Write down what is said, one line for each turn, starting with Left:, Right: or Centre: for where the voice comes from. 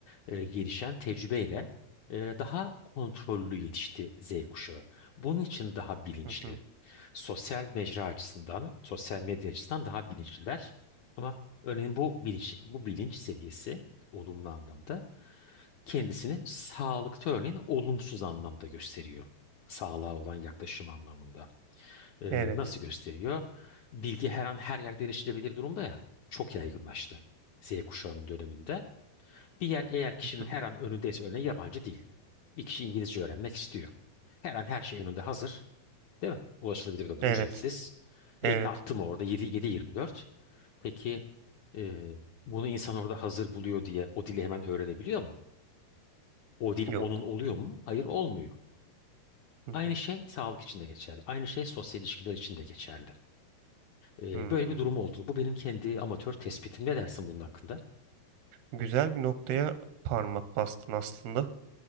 Left: e, gelişen tecrübeyle e, daha kontrollü yetişti Z kuşağı. Bunun için daha bilinçli.
Right: Hı hı.
Left: Sosyal mecra açısından, sosyal medya açısından daha bilinçliler. Ama örneğin bu bilinç, bu bilinç seviyesi olumlu anlamda kendisini sağlıkta örneğin olumsuz anlamda gösteriyor. Sağlığa olan yaklaşım anlamında. E,
Right: Evet.
Left: nasıl gösteriyor? Bilgi her an her yerde erişilebilir durumda ya. Çok yaygınlaştı. Z kuşağının döneminde. Bir yer eğer kişinin
Right: Hı hı.
Left: her an önündeyse örneğin yabancı değil. Bir kişi İngilizce öğrenmek istiyor. Her an her şey önünde hazır. Değil mi? Ulaşılabilir durumda
Right: Evet.
Left: ücretsiz.
Right: Evet.
Left: Elini attı mı orada 7, 7-24. Peki e, bunu insan orada hazır buluyor diye o dili hemen öğrenebiliyor mu? O dil
Right: Yok.
Left: onun oluyor mu? Hayır olmuyor.
Right: Hı
Left: Aynı
Right: hı.
Left: şey sağlık için de geçerli. Aynı şey sosyal ilişkiler için de geçerli. E,
Right: Hmm.
Left: böyle bir durum oldu. Bu benim kendi amatör tespitim. Ne dersin bunun hakkında?
Right: Güzel bir noktaya parmak bastın aslında.